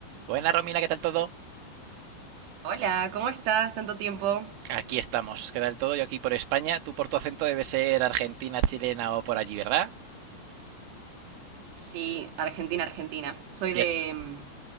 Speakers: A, on the right; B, on the right.
A: Buena Romina, ¿qué tal todo?
B: Hola, ¿cómo estás? ¿Tanto tiempo?
A: Aquí estamos, ¿qué tal todo? Yo aquí por España. Tú por tu acento debe ser argentina, chilena o por allí, ¿verdad?
B: Sí, Argentina, Argentina. Soy
A: Y
B: de,
A: es
B: mm,